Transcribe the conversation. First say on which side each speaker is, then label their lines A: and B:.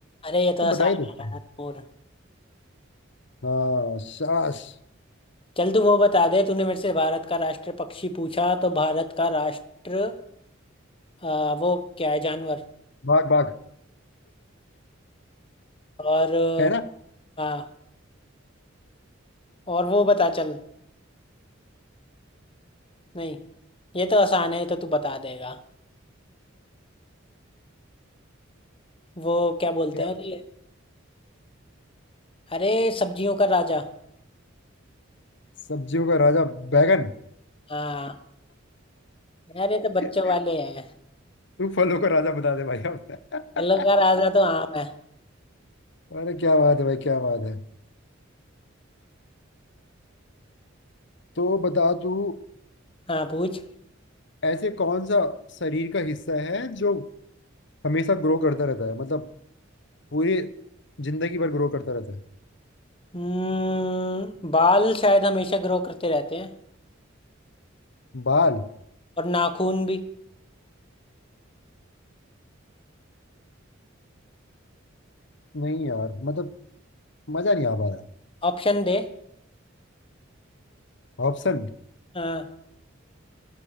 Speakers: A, on the left (about 30°); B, on the left (about 60°).
A: अरे ये तो
B: तो
A: आसान
B: बता ही देते
A: है यार
B: हैं
A: और
B: हाँ शाबाश
A: चल तू वो बता दे तूने मेरे से भारत का राष्ट्र पक्षी पूछा तो भारत का राष्ट्र अ, वो क्या है जानवर
B: बाघ बाघ
A: और
B: है ना
A: अ, हाँ और वो बता चल नहीं ये तो आसान है ये तो तू बता देगा वो क्या बोलते
B: क्या?
A: हैं उसे? अरे सब्जियों का राजा
B: सब्जियों का राजा बैगन
A: हाँ यार ये तो बच्चों
B: <laughs>
A: वाले हैं
B: तू फलों का राजा बता दे भाई अब
A: घायल
B: <laughs>
A: राजा तो आम है
B: अरे क्या बात है भाई क्या बात है तो बता तू
A: हाँ पूछ
B: ऐसे कौन सा शरीर का हिस्सा है जो हमेशा ग्रो करता रहता है मतलब पूरी जिंदगी भर ग्रो करता रहता है
A: हम्म बाल शायद हमेशा ग्रो करते रहते हैं
B: बाल
A: और नाखून भी
B: नहीं यार मतलब मजा नहीं आ पा रहा
A: ऑप्शन दे
B: ऑप्शन
A: हाँ